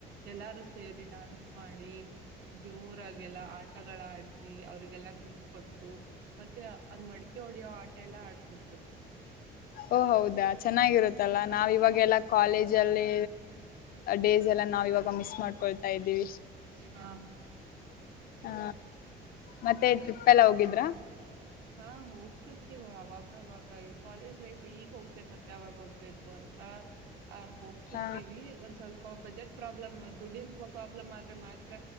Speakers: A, on the right (about 75°); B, on the left (about 60°).
A: ಎಲ್ಲಾರು ಸೇರಿ ಡಾನ್ಸ್ ಮಾಡಿ ಜೋರಾಗಲ್ಲ ಆಟಗಳ ಆಡ್ಸಿ ಅವ್ರರಿಗೆಲ್ಲಾ ಗಿಫ್ಟ ಕೊಟ್ಟು ಮತ್ತೆ ಅದ್ ಮಡಿಕೆ ಹೊಡಿಯೋ ಆಟ ಎಲ್ಲಾ ಆಡ್ಸಿದ್ರು
B: ಓ ಹೌದಾ ಚೆನ್ನಾಗಿರುತ್ತಲ್ಲಾ ನಾವ್ ಇವಾಗೆಲ್ಲಾ ಕಾಲೇಜ್ ಅಲ್ಲಿ ಡೇಸ್ ಎಲ್ಲ ನಾವ್ ಇವಾಗ ಮಿಸ್ ಮಾಡ್ಕೊಳ್ತಾ ಇದ್ದೀವಿ
A: ಹಾ ಹಾ ಹಾ
B: ಹಾ ಮತ್ತೆ ಟ್ರಿಪ್ ಎಲ್ಲ ಹೋಗಿದ್ರ
A: ಹಾ ಹೋಗ್ತಿರ್ತಿವ ಅವಾಗವಾಗ ಈ ಕಾಲೇಜ್ ಲೈಫ್ ಈಗ ಹೋಗ್ದ ಮತ್ತೆ ಅವಾಗ ಹೋಗ್ಬೇಕು ಅಂತ ಆ ಹೋಗ್ತಿರ್ತಿೀವಿ
B: ಹ
A: ಒಂದ್ ಸ್ವಲ್ಪ ಬಜೆಟ್ ಪ್ರಾಬ್ಲಮ್ ದುಡ್ಡಿನ ಪ್ರಾಬ್ಲಮ್ ಆದ್ರೆ ಮಾತ್ರ